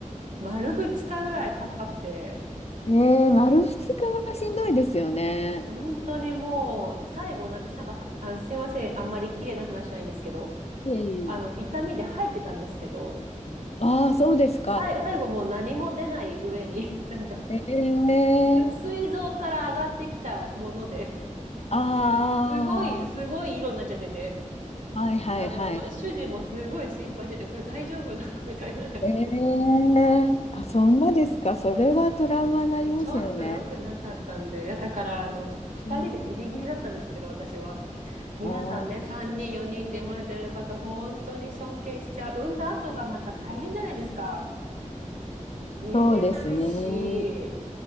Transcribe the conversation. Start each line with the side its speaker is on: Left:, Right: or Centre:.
Right: 丸2日ぐらいかかって、
Left: えー、丸二日はしんどいですよね。
Right: 本当にもう、最後、私なんか、あの、すいません、あんまり綺麗な話じゃないんですけど、
Left: ええ
Right: あの、痛みで入ってたんですけど、
Left: ああそうですか。
Right: 最、最後もう何も出ない上に、<laughs> なんか、
Left: ええー
Right: す、膵臓から上がってきたもので、
Left: あ
Right: すごい、すごい色になっちゃってて、
Left: あ、はいはいはいはい。
Right: なんかもう、ま、主人もすごい心配してて、これ大丈夫なのみたいな感じで。
Left: ええあ、そんなですか。それはトラウマになりますよね。
Right: うんちょっと良くなかったんで、いやだから、あの、二人でギリギリだったんですけど、
Left: うん
Right: 私は。皆さんね、
Left: ああ、
Right: 3人、4人って生まれてる方、本当に尊敬しちゃう。産んだ後がまた大変じゃないですか。寝れないし。
Left: そうですね。